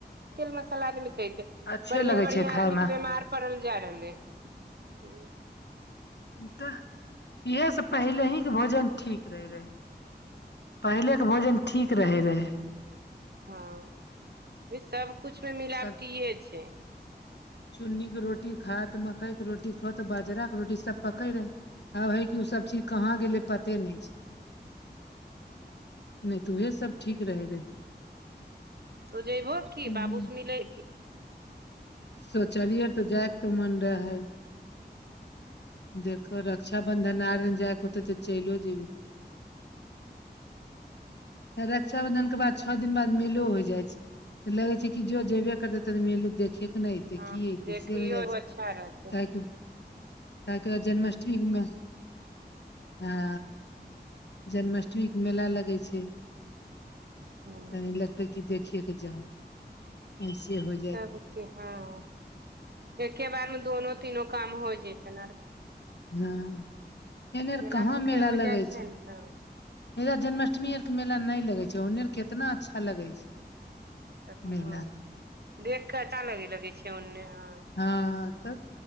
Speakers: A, on the right; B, on the left.
A: तेल मसाला आदमी खेतै
B: अच्छे
A: बढ़ियाँ
B: लगै
A: बढ़ियाँ
B: छै खायमे
A: आदमी तऽ बीमार पढ़ल जा रहलै हँ
B: तऽ इएहसँ पहिले हीके भोजन ठीक रहैत रहै पहिलेके भोजन ठीक रहे रहै
A: हँ अभी सबकुछुमे मिलावटिये
B: सब
A: छै
B: चुन्नी के रोटी खात मकइ के रोटी खात तऽ बाजरा के रोटी सब पकै रहे आब हे क ओ सब चीज कहाँ गेले पते नहि छै नहि तऽ वह सब ठीक रहे
A: तो जैबहो
B: रहे
A: कि बाबूस मिलै की
B: सोचलियै तऽ जायके मन रहे देखो रक्षाबंधन आर जाइके होतै तऽ चलियो जेबी
A: हँ <inaudible>
B: रक्षााबंधनक के बाद छौ दिन बाद मेलो होइ जाइ छै तऽ लगे छै कि जो जेबे करते तनी मेलौ देखे के नेै ए
A: हँ
B: की
A: देखियौ
B: तऽ से हो जाइ छै
A: अच्छा रहतै
B: क काहेकि जन्माष्टमीमे हँ जन्माष्टमी के मेला लगै छै
A: तब
B: तनी लगते को देखि के जाउ ऐसे होइ
A: तबके हँ एके बार मे दोनो तीनों काम हो जेतै आर
B: हँ एने आर
A: गेला
B: कहाँ
A: सुखे
B: मेला
A: हो
B: लगै
A: जाइ
B: छै
A: ने हँ
B: इ जन्माष्टमी आर के मेला न लगे छै ओन्ने आर केतना अच्छा लगै छै
A: तब
B: मेला
A: हँ देख कऽ अच्छा लगे छै ओन्ने हँ
B: हँ तब